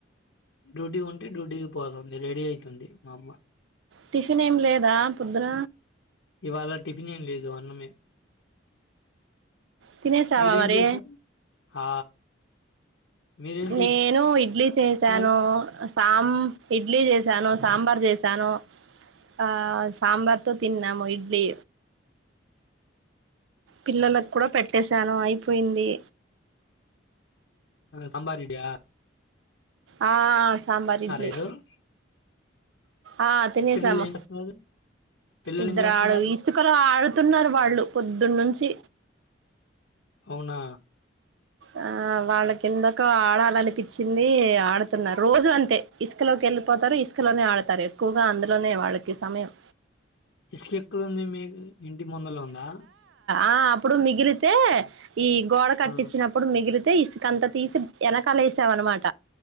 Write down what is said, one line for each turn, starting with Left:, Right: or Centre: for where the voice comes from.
Left: డ్యూటీ ఉంటే డ్యూటీకి పోతుంది రెడీ అయితుంది మా అమ్మ
Right: టిఫిన్ ఏం లేదా పొద్దున
Left: ఇవాళ టిఫిన్ ఏం లేదు అన్నమే
Right: తినేసావా
Left: మీరేం
Right: మరి
Left: చేశారు ఆ మీరేం
Right: నేను ఇడ్లీ చేసాను
Left: చేశారు
Right: సాం ఇడ్లీ చేసాను సాంబార్ చేసాను ఆ సాంబార్తో తిన్నాము ఇడ్లీ పిల్లలకు కూడా పెట్టేశాను అయిపోయింది
Left: సాంబార్ ఇడియా
Right: ఆ సాంబార్ ఇడ్లీ
Left: ఈరోజు
Right: ఆ తినేసాము
Left: పిల్లలు ఏం చేస్తున్నారు పిల్లలు
Right: ఇద్దరు
Left: ఏం చేస్తున్నారు
Right: ఆడు ఇసుకలో ఆడు తున్నారు వాళ్ళు పొద్దున్న నుంచి
Left: అవునా
Right: ఆ వాళ్ళకిిందకో ఆడాలనిపించింది ఆడుతున్నారు రోజు అంతే ఇసుకలోకే వెళ్ళిపోతారు ఇసుకలోనే ఆడతారు ఎక్కువగా అందులోనే వాళ్ళకి సమయం
Left: ఇసుక ఎక్కడ ఉంది మీకు ఇంటి ముందల ఉందా
Right: ఆ అప్పుడు మిగిలితే ఈ గోడ కట్టించినప్
Left: ఆ,
Right: మిగిలితే ఇసుకంత తీసి వెనకాల వేసావనమాట